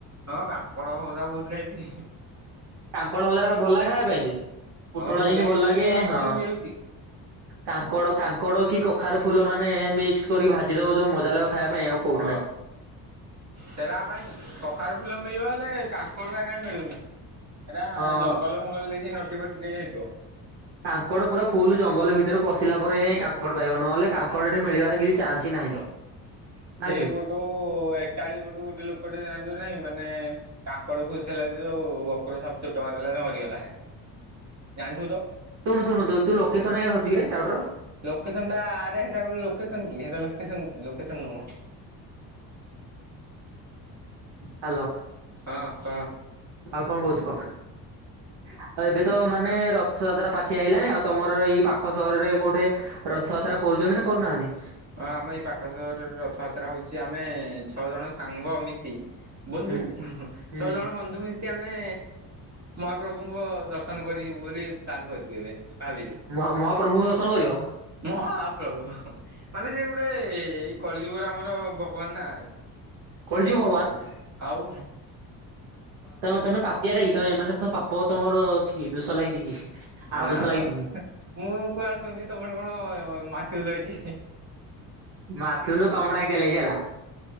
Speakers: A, on the right (about 40°); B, on the right (about 65°).
A: ହଁ କାଙ୍କଡ଼ ଭଯା ବହୁତ୍ ଖାଇଚି।
B: କାଙ୍କଡ଼ ଭଜାରା ଭଲ ଲାଗେ ଖାଇବା ପାଇଁଯେ
A: ହଁ
B: ପୁଟଳାଟା ଯେମିତି ଭଲ
A: ଯେ
B: ଲାଗେ
A: ଏବେ ଆଉ
B: ହଁ।
A: କାହିଁ ମିଳୁଛି।
B: କାଙ୍କଡ଼ କାଙ୍କଡ଼କି କଖାର ଫୁଲ ମାନେ ମିକ୍ସ କରି ଭାଜିଦବ ଯୋଉ ମଜା ଲାଗିବ ଖାଇବା ପାଇଁ ଆଉ। କୋଉଠି
A: ହଁ
B: ନାହିଁ।
A: ସେରା ଆଉ କାଇଁ। କଖାରୁ ଫୁଲ ମିଳିବ ହେଲେ କାଙ୍କଡ଼ଅରା କାଇଁ ମିଳୁନି। ହେରା
B: ହଁ
A: ଜଙ୍ଗଲ ଫଙ୍ଗଲ ଦେଖି ନଟି ଫଟିରେ ହେଇଥିବ।
B: କାଙ୍କଡ଼ ପୁରା ଫୁଲ ଜଙ୍ଗଲ ଭିତରେ ପଶିଲା ପରେ କାଙ୍କଡ଼ ପାଇବ ନହେଲେ କାଙ୍କଡ଼ ଏଠି ମିଳିବାର କିଛି ଚାନ୍ସ ହିଁ ନାହିଁ ତ। ନା
A: ହଁ
B: କି
A: <inaudible> ତୁ ଏକାଳି ପଟୁ ଗୋଟେ ଲୋକଟେ ଯାଆନ୍ତୁ ନାହିଁ ମାନେ କାଙ୍କଡ ଖୋଯୁଥିଲା ଯେ ଯୋଉ ଗୋଖର ସାପ ଚୋଟ ମାରିଲା ଯେ ମରିଗଲା। ଜାଣିଥିବୁ ତ।
B: ଶୁଣୁ ଶୁଣନ୍ତୁ ତୁ ଲୋକେସନ ଆଜ୍ଞା ଧରିଚୁ କି ଟାଉଟର।
A: ଲୋକେସନ ଟା ଆରେ ସେଟା ଲୋକସନ କି ଲୋକସନ ନୁହଁ।
B: ହ୍ୟାଲୋ।
A: ହଁ କହ।
B: ଆଉ କଣ କହୁଛିୁ କହ ଆଉ ଏବେ ତ ମାନେ ରଥଯାତ୍ରା ପା ଖିଆଇଲାଣି ଆଉ ତମର ଏଇ ପାଖ ସହରରେ କୋଉଠି ରଥଯାତ୍ରା କରୁଛନ୍ତି ନା କରୁନାହାନ୍ତି?
A: ହଁ ଆମ ଏଇ ପାଖ ସହରରେ ରଥଯାତ୍ରା ହଉଛି ଆମେ ଛଅ ଜଣ ସାଙ୍ଗ ମିଶି ବନ୍ଧୁ
B: ହୁଁ
A: ଛଅ
B: ହୁଁ
A: ଜଣ ବନ୍ଧୁ ମି ସେ ଆମେ ମହାପ୍ରଭୁଙ୍କ ଦର୍ଶନ କରି ଯିବୁ ବୋଲି ପ୍ଲାନ୍ କରିଛୁ ଏବେ ଭାବିଛୁ।
B: ମହା ମହାପ୍ରଭୁଙ୍କୁ ଦର୍ଶନ କରିବ।
A: ମହାପ୍ରଭୁ ମାନେ ସେ ଗୋଟେଇ କଳି ଯୁଗର ଆମର ଭଗବାନ ନା
B: କଳିଯୁଗ ଭଗବାନ।
A: ଆଉ
B: ତମ ପା ଚୂତିଆଟାକି ତମେ ମାନେ ତମ ପାପ ତମର ଅଛି କି ଦୋଷ ଲାଗିଛି କି? ଆର
A: ନା
B: ଦୋଷ ଲାଗିଛି
A: ତ
B: କି
A: ମୁଁ କୁଆଡେ ଶୁଣିଛି ତମର କଣ ମାଛଚାଷ ହେଇଛି।
B: ମାଛଚାଷ ତମଟାକ ହେଇଲା।